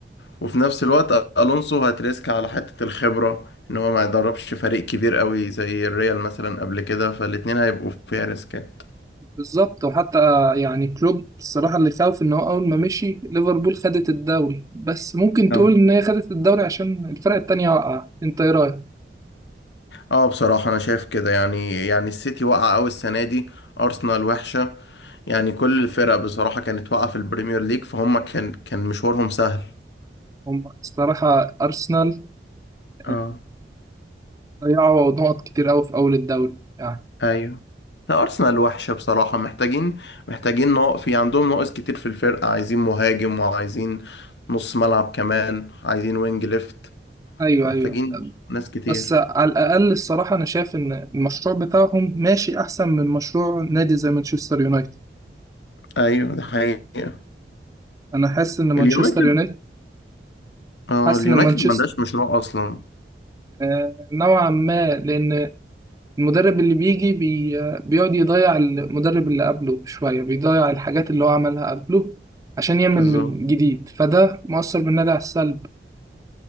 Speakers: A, on the left; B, on the right.
A: وفي نفس الوقت الونسو هتريسك على حته الخبره ان هو ما يدربش فريق كبير قوي زي الريال مثلا قبل كده فالاتنين هيبقوا فيها ريسكات
B: بالظبط وحتى يعني كلوب الصراحة اللي خاوف إن هو أول ما مشي ليفربول خدت الدوري بس ممكن
A: اه
B: تقول إن هي خدت الدوري عشان الفرق التانية وقع أنت إيه رأيك؟
A: اه بصراحة أنا شايف كده يعني يعني السيتي وقع أوي السنة دي أرسنال وحشة يعني كل الفرق بصراحة كانت واقعة في البريمير ليج فهم كان كان مشوارهم سهل
B: هم الصراحة أرسنال
A: اه
B: آه، ضيعوا نقط كتير أوي في أول الدوري يعني
A: ايوه لا أرسنال وحشة بصراحة محتاجين محتاجين ناق في عندهم ناقص كتير في الفرقة عايزين مهاجم وعايزين نص ملعب كمان عايزين وينج ليفت
B: أيوه
A: محتاجين
B: أيوه
A: ناس كتير
B: بس على الأقل الصراحة أنا شايف إن المشروع بتاعهم ماشي أحسن من مشروع نادي زي مانشستر يونايتد
A: أيوة ده حقيقة
B: أنا حاسس إن مانشستر
A: اليونايتد
B: يونايتد
A: اه
B: حاسس
A: اليونايتد
B: إن مانشستر
A: ما عندهاش مشروع أصلا
B: آه، نوعا ما لأن المدرب اللي بيجي بي... بيقعد يضيع المدرب اللي قبله شوية بيضيع الحاجات اللي هو عملها قبله عشان يعمل
A: بالظبط
B: من جديد فده مؤثر بالنادي على السلب